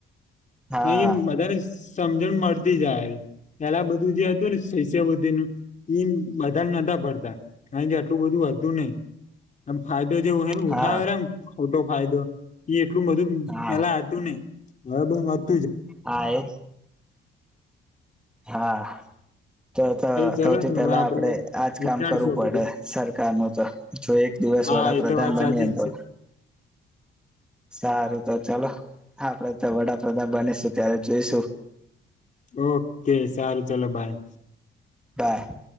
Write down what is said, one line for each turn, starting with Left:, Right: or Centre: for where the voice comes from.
Centre: હા
Left: અયા બધાને સમજણ મળતી જાય પેલા બધું જે હતું ને શિષ્યવૃ્ધિ નું ઈ બધા નતા પડતા કારણ કે આટલું બધું હતું નહી એમ ફા જે
Centre: હા
Left: ઉઠાવેમ ખોટો ફાયદો ઈ એટલું બધું
Centre: હા
Left: પેલા આવતું નઈ <inaudible>
Centre: હા એજ હા તો તો
Left: સારું
Centre: સૌથી
Left: ચલો તો
Centre: પેલા
Left: હવે
Centre: આપડે આજ
Left: વિચારશું
Centre: કામ કરવું
Left: આ
Centre: પડે
Left: બધું
Centre: સરકાર નુ તો જો એક દિવસ
Left: હા
Centre: વડાપ્રધાન
Left: એ તો વાત
Centre: બની
Left: સાચી
Centre: એ
Left: જ
Centre: તો
Left: <inaudible>
Centre: સારું તો ચાલો આપડે તો વડાપ્રધાન બનીશું ત્યારે જોઈશું.
Left: ઓકે સારું ચલો બાય
Centre: બાય